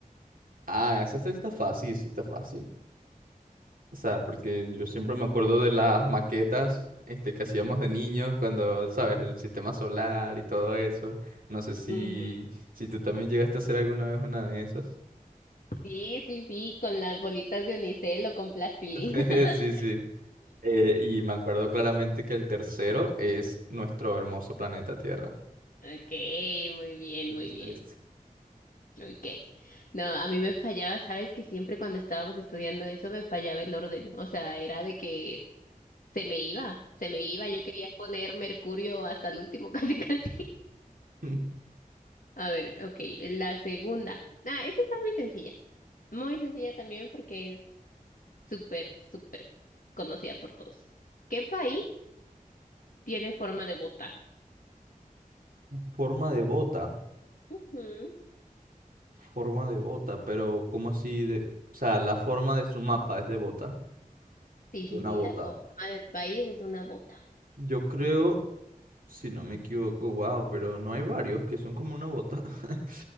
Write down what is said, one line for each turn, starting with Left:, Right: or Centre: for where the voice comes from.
Right: Ah, esa está, está fácil, sí, está fácil. O sea, porque yo siempre me acuerdo de las maquetas, este, que hacíamos de niños cuando, ¿sabes? El sistema solar y todo eso. No sé si,
Left: Ujú.
Right: si tú también llegaste a hacer alguna vez una de esas.
Left: Sí, sí, sí, con las bolitas de unicel o con plastilina.
Right: <laughs>
Left: <laughs>
Right: Sí, sí. Eh, y me acuerdo claramente que el tercero es nuestro hermoso planeta Tierra.
Left: Ok, muy bien,
Right: Viste,
Left: muy bien.
Right: viste.
Left: Ok. No, a mí me fallaba, sabes que siempre cuando estábamos estudiando eso me fallaba el orden. O sea, era de que se me iba, se me iba. Yo quería poner Mercurio hasta el último, <laughs> casi, casi.
Right: <laughs>
Left: A ver, ok, la segunda. Ah, esta está muy sencilla. Muy sencilla también porque súper, súper conocida por todos. ¿Qué país tiene forma de bota?
Right: Forma de bota.
Left: Ujú.
Right: Forma de bota, pero ¿cómo así de...? O sea, la forma de su mapa es de bota,
Left: Sí,
Right: de
Left: sí,
Right: una
Left: sí,
Right: bota.
Left: la forma del país es una bota.
Right: Yo creo, si no me equivoco, wow, pero no hay varios que son como una bota. <laughs>